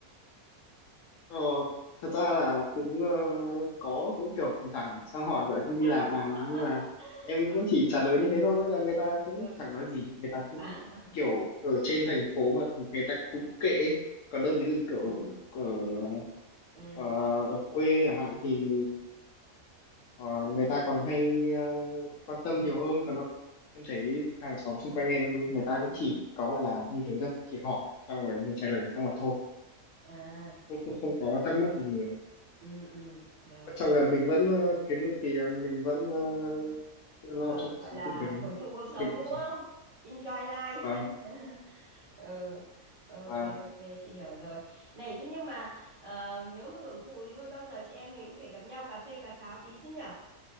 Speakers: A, on the left; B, on the right.
A: ờ, thật ra là cũng ờ, có cũng kiểu thỉnh thoảng sang hỏi vậy không đi làm
B: <laughs>
A: à nhưng mà em cũng chỉ
B: ừ
A: trả lời như thế thôi là người ta cũng
B: ừ
A: chẳng nói gì người ta cứ
B: <laughs>
A: kiểu ở trên thành phố mà người ta cũng kệ ấy. còn
B: ừ
A: đâu ví dụ như kiểu
B: ừ
A: ở, ở,
B: ừ.
A: ờ, ở quê chẳng hạn thì ờ, ờ, người ta còn hay ờ, quan tâm nhiều hơn còn đâu em thấy hàng xóm xung quanh em người ta cũng chỉ có gọi là như thế thôi chỉ hỏi xong rồi mình trả lời xong rồi thôi
B: à
A: không không, không có thắc mắc gì nhiều
B: ừ ừ rồi
A: quan trọng là mình vẫn ờ, kiếm được tiền mình vẫn ờ, tự lo
B: Ờ,
A: cho cuộc
B: gọi
A: sống
B: là
A: của mình
B: hưởng thụ cuộc sống
A: mình cũng
B: đúng
A: chẳng
B: không enjoy life
A: vâng
B: <laughs> ừ ok
A: vâng
B: ok chị hiểu rồi này thế nhưng mà ờ, nếu mà hưởng thụ thì thôi bao giờ chị em mình cũng phải gặp nhau cà phê cà pháo tí chứ nhở